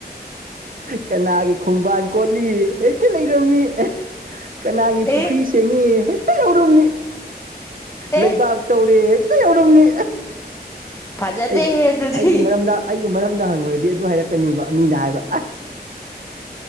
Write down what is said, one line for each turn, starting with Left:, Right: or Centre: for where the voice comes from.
Right: ꯀꯅꯥꯒꯤ ꯈꯣꯡꯕꯥꯟ ꯀꯣꯠꯂꯤ ꯍꯦꯛꯇ ꯂꯩꯔꯝꯃꯤ ꯀꯅꯥꯒꯤ
Left: ꯑꯦ
Right: ꯄꯨꯈ꯭ꯔꯤ ꯁꯦꯡꯉꯤ ꯍꯦꯛꯇ ꯌꯥꯎꯔꯝꯃꯤ
Left: ꯑꯦ
Right: ꯂꯩꯕꯥꯛ ꯇꯧꯔꯦ ꯍꯦꯛꯇ ꯌꯧꯔꯝꯃꯤ
Left: ꯐꯖꯗꯦꯍꯦ
Right: ꯑꯩꯒꯤ
Left: ꯑꯗꯨꯗꯤ
Right: ꯑꯩꯒꯤ ꯃꯔꯝꯗ ꯑꯩꯒꯤ ꯃꯔꯝꯗ ꯍꯪꯉꯨꯔꯗꯤ ꯑꯗꯨ ꯍꯥꯏꯔꯛꯀꯅꯦꯕ ꯃꯤꯅ ꯍꯥꯏꯕ